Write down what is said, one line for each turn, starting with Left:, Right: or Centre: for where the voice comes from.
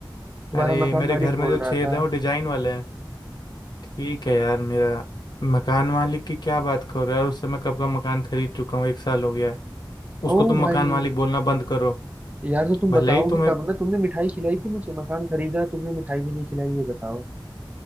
Right: तुम्हारा
Left: अरे
Right: मकान
Left: मेरे
Right: मालिक
Left: घर में
Right: बोल
Left: जो
Right: रहा
Left: छेद
Right: था
Left: है वो डिजाइन वाले हैं ठीक है यार मेरा मकान मालिक की क्या बात करो यार उससे मैं कब का मकान खरीद चुका हूँ एक साल हो गया है उसको
Right: ओ
Left: तुम
Right: भाई
Left: मकान मालिक बोलना बंद करो
Right: यार तो तुम
Left: भले
Right: बताओगे
Left: ही तुम्हें
Right: तब ना तुमने मिठाई खिलाई थी मुझे मकान खरीदा तुमने मिठाई भी नहीं खिलाई ये बताओ